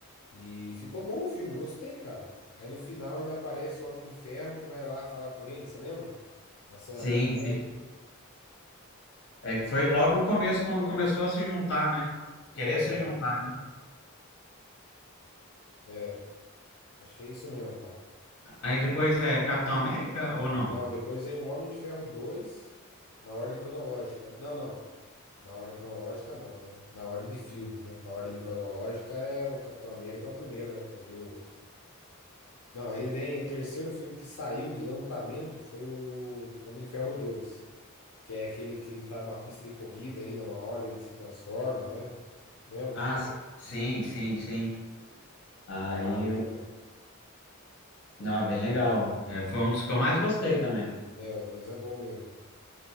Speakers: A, on the left; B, on the left.
A: E ficou bom o filme, eu gostei, cara. Aí no final ainda aparece o Homem de Ferro que vai lá falar com ele, você lembra? Da cena
B: Sim,
A: pós-crédito.
B: sim. É que foi logo o começo, quando começou a se juntar, né? Querer
A: É.
B: se juntar, né?
A: É, acho que é isso mesmo, cara.
B: Aí depois é Capitão América ou não?
A: Não, depois vem o Homem de Ferro 2 na ordem cronológica. Não, não. Na ordem cronológica, não, né? Na ordem de filmes, né? Que a ordem cronológica é o Capitão América, é o primeiro, né? Que é de mil... Não, aí vem o terceiro filme que saiu de lançamento foi o Homem de Ferro 2, que é aquele que ele tá numa pista de corrida ainda, uma hora ele se transforma, né? Cê lembra?
B: Ah, s- sim, sim, sim. Aí
A: A maleta.
B: eu. Não, é bem legal. É, foi um dos que eu mais gostei também.
A: É, o 2 é bom mesmo, cara.